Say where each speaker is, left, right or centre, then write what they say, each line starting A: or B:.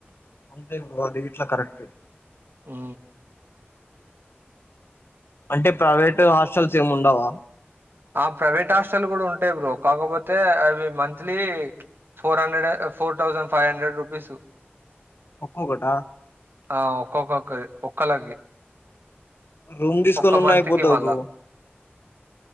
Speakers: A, on the left; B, on the right.
A: అంతే బ్రో అది గిట్లా కరెక్టే
B: ఉ
A: అంటే ప్రైవేటు హాస్టల్స్ ఏమి ఉండవ
B: ఆ ప్రైవేట్ హాస్టల్ కూడా ఉంటాయి, బ్రో కాకపోతే అవి monthly. Four hundred four thousand five hundred rupees
A: ఒక్కొక్కట
B: ఆ ఒక్కొక్కొకి ఒక్కళ్ళకి
A: రూమ్ తీసుకొని
B: ఒక్క
A: ఉన్నా
B: మంత్కి
A: అయిపోతది
B: మల్ల
A: బ్రో